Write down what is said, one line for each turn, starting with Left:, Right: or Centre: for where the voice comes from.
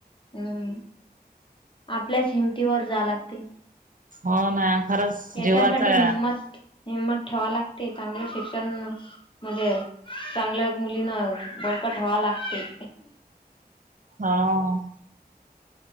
Left: हम्म... आपल्याच हिमतीवर जा लाग. ते
Right: हो ना.. खरंच,
Left: याच्यासाठी
Right: जीवाचं
Left: हिंमत हिंमत ठेवा लागते. चांगले शिक्षण म्हणजे, चांगल्या मुलीन बळकट हवा लागतंय.
Right: हा...